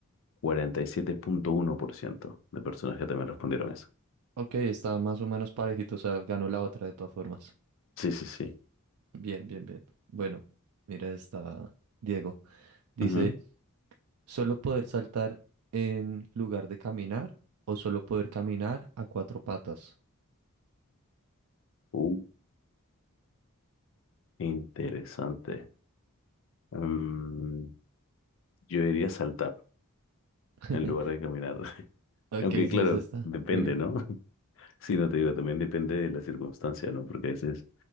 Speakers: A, on the left (about 60°); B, on the right (about 80°).
A: cuarenta y siete punto uno por ciento de personas que también respondieron eso.
B: Ok, está más o menos parejito, o sea, ganó la otra de todas formas.
A: Sí, sí, sí.
B: Bien, bien, bien. Bueno, mira esta, Diego. Dice,
A: Ujú.
B: ¿solo poder saltar en lugar de caminar o solo poder caminar a cuatro patas?
A: Uh, interesante. Mm, yo diría saltar
B: <laughs>
A: en lugar de caminar. <laughs>
B: Ok,
A: Aunque
B: sí,
A: claro,
B: es esta.
A: depende,
B: Dime.
A: ¿no? Sí, no te digo, también depende de la circunstancia, ¿no? Porque a veces